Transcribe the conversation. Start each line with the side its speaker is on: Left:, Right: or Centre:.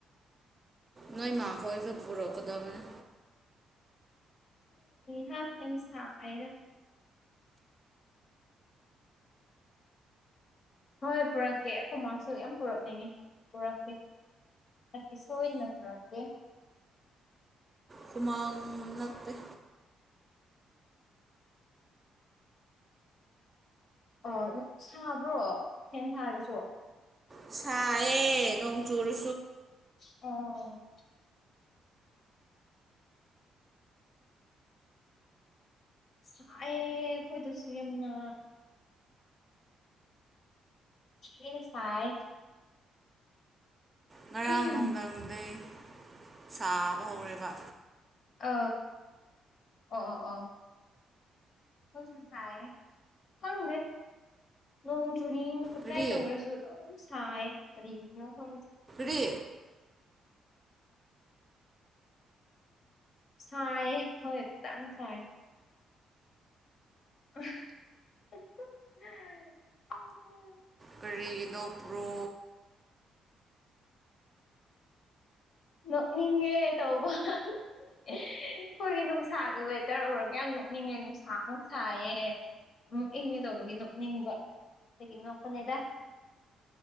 Right: ꯅꯣꯏ ꯃꯥꯈꯣꯏꯁꯨ ꯄꯨꯔꯣ ꯀꯗꯕꯅꯦ
Left: ꯍ ꯍꯥꯁꯗ ꯍꯣꯏ ꯄꯨꯔꯛꯀꯦ ꯑꯩꯈꯣꯏ ꯃꯥꯁꯨ ꯌꯥꯝ ꯄꯨꯔꯛꯅꯤꯡꯉꯤ ꯄꯨꯔꯛꯀꯦ ꯍꯥꯏꯗꯤ ꯁꯣꯏꯗꯅꯠꯇ꯭ꯔꯀꯦ
Right: ꯍꯃꯥꯡ ꯅꯄꯤꯦ
Left: ꯑ ꯁꯥꯕ꯭ꯔꯣ ꯐꯦꯟ ꯊꯥꯔꯁꯨ
Right: ꯁ ꯑꯦ ꯅꯣꯡ ꯆꯨꯔ
Left: ꯑꯣ ꯁꯥꯌꯦ ꯀꯣꯏꯗꯁꯨ ꯌꯥꯝꯦꯝꯅ ꯁꯤ ꯁꯥꯏ
Right: ꯉꯔꯥꯡ
Left: ꯑꯧ
Right: ꯅꯨꯡꯊꯪꯗꯩ ꯁꯥꯕ ꯍꯧꯔꯦꯕ
Left: ꯑ ꯑꯣ ꯑꯣ ꯑꯣ ꯍꯧꯁꯨ ꯁꯥꯏꯌꯦ ꯈꯪꯗ‌ꯣꯡ ꯆꯨꯔꯤꯡ ꯃꯛꯅꯥꯏ
Right: ꯀꯔꯤ
Left: ꯇꯧꯔꯁꯨ ꯑꯗꯨꯝ ꯁꯥꯏ ꯀꯔꯤꯒꯤꯅꯣꯐꯝ
Right: ꯔꯤ
Left: ꯁꯥꯏ ꯍꯣꯏ ꯐꯖꯥꯅ ꯁꯥꯏ <unintelligible>
Right: ꯀꯔꯤꯒꯤꯅꯣꯄ꯭ꯔꯣ
Left: ꯅ ꯅꯤꯡꯦ ꯇꯧꯕꯕ ꯑꯩꯈꯣꯏꯒꯤ ꯅꯨꯡꯁꯥꯒꯤ ꯋꯦꯗꯔ ꯎꯔꯒ ꯌꯥꯝ ꯅꯣꯛꯅꯤꯡꯉꯦ ꯅꯨꯡꯁꯥ ꯅꯨꯡꯁꯥꯏꯌꯦ ꯎꯝ ꯏꯪꯒꯦ ꯇꯧꯕꯒꯤ ꯅꯣꯛꯅꯤꯡꯕꯣ ꯀꯒꯤ ꯅꯣꯄꯅꯦꯗ